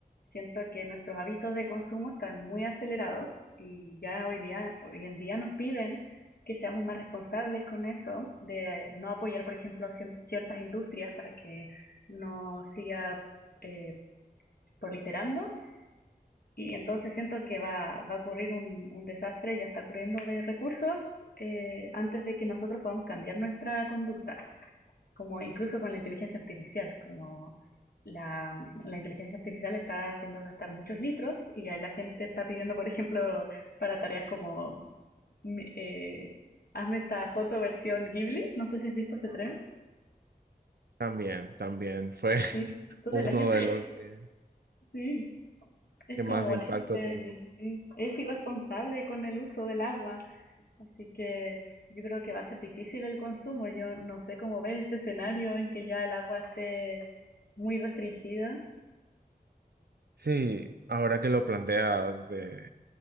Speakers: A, on the left (about 75°); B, on the right (about 80°).
A: Siento que nuestros hábitos de consumo están muy acelerados y ya hoy día, hoy en día nos piden que seamos más responsables con eso, de no apoyar, por ejemplo, cien- ciertas industrias para que no siga eh, proliferando. Y entonces siento que va, va a ocurrir un, un desastre, ya está ocurriendo de recursos, eh, antes de que nosotros podamos cambiar nuestra conducta como incluso con la inteligencia artificial, como la, la inteligencia artificial está haciendo gastar muchos litros y ya la gente está pidiendo, por ejemplo, para tareas como mi- eh, hazme esta foto versión Ghibli, no sé si has visto ese tren,
B: También, también fue <laughs>
A: sí. Entonces
B: uno
A: la gente,
B: de los que,
A: sí, es
B: que más
A: como
B: impacto
A: la gente
B: tenía.
A: sí, es irresponsable con el uso del agua, así que yo creo que va a ser difícil el consumo. Yo no sé cómo ves ese escenario en que ya el agua esté muy restringida.
B: Sí, ahora que lo planteas de,